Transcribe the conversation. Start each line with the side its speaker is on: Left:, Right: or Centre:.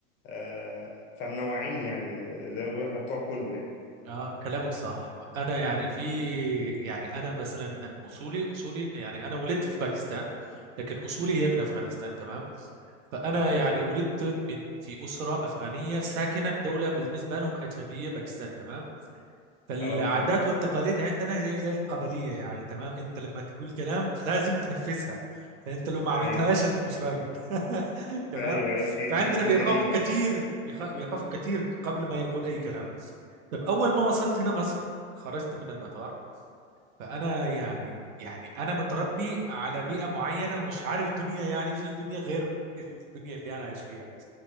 Left: آه، فمنوعين يعني آه، زي ما بيقولوا احنا بتوع كله يعني
Right: اه كلامك صح انا يعني في يعني انا مثلا أن- اصولي اصولي يعني انا ولدت في باكستان لكن اصولي هي من افغانستان تمام فانا
Left: تمام
Right: يعني ولدت من في اسره افغانيه ساكنه بدوله بالنسبه لهم اجنبيه باكستان تمام فالعادات
Left: اه فهمت
Right: والتقاليد يعني عندنا زي زي القبلية يعني تمام انت لما تقول كلام لازم تنفذها فانت لو ما عملتهاش
Left: ايوه
Right: انت مش راجل <laughs> تمام
Left: ايوه ايوه في دي,
Right: فعندنا
Left: دي
Right: بيخافوا
Left: جريمه
Right: كتير
Left: يعني
Right: بيخ- بيخافوا كتير قبل ما يقول اي كلام طب اول ما وصلت هنا مصر خرجت من المطار فانا يعني يعني انا متربي على بيئه معينه ومش عارف دنيا يعني في دنيا غير الدنيا اللي انا عايش فيها